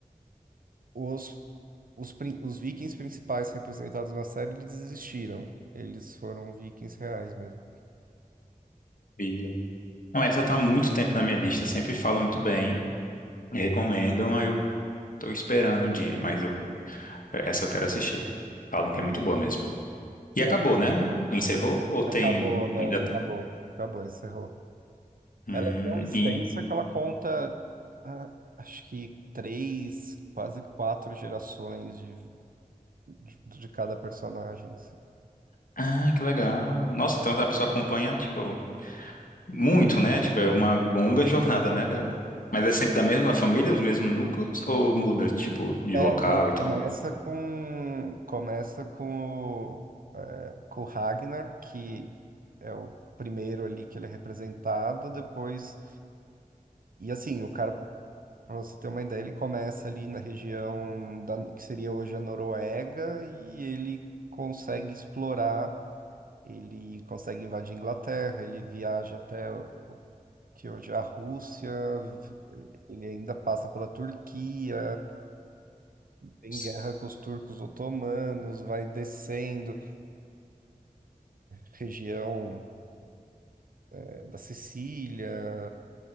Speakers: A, on the right (about 70°); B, on the left (about 65°).
A: os, os, prin- os vikings principais representados na série, eles existiram. Eles foram vikings reais mesmo.
B: Via. Não, essa tá há muito tempo na minha lista. Sempre falam muito bem, recomendam. Aí eu Tô esperando um dia, mas eu, essa eu quero assistir. Falam que é muito boa mesmo. E
A: Né?
B: acabou, né?
A: Pronto.
B: Encerrou? Ou tem
A: Acabou, não,
B: ainda? tá?
A: acabou. Acabou, encerrou.
B: Hum,
A: Ela é tão extensa
B: e
A: que ela conta, ah, acho que três, quase quatro gerações de, de, de cada personagem.
B: ah, que legal. Nossa, então a pessoa acompanha tipo muito, né? Tipo é uma longa jornada, né? Da... Mas é sempre da mesma família, os mesmos núcleos ou muda tipo de
A: É,
B: local
A: não,
B: e tal?
A: começa com começa com o, é, com o Ragnar, que é o primeiro ali que ele é representado, depois e assim, o cara, pra você ter uma ideia, ele começa ali na região da, que seria hoje a Noruega e ele consegue explorar, ele consegue invadir a Inglaterra, ele viaja até o- que hoje é a Rússia, v- ele ainda passa pela Turquia, Tem
B: S-
A: guerra com os turcos otomanos, vai descendo região eh, da Sicília,